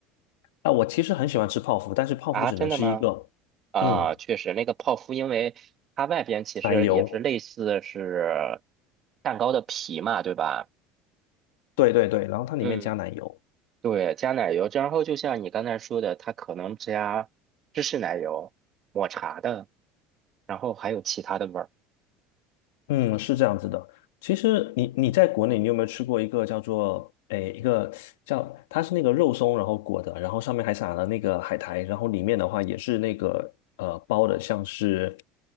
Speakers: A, on the left; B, on the right.
A: 啊，我其实很喜欢吃泡芙，但是泡芙只能是一个，
B: 啊，真的吗？啊，
A: 嗯，
B: 确实，那个泡芙，因为它外边其实也是类似是
A: 奶油，
B: 蛋糕的皮嘛，对吧？
A: 对对对，然后它里面加奶油。
B: 嗯，对，加奶油，然后就像你刚才说的，它可能加芝士奶油、抹茶的，然后还有其他的味儿。
A: 嗯，是这样子的。其实你你在国内，你有没有吃过一个叫做诶、一个叫它是那个肉松，然后裹的，然后上面还撒了那个海苔，然后里面的话也是那个呃包的，像是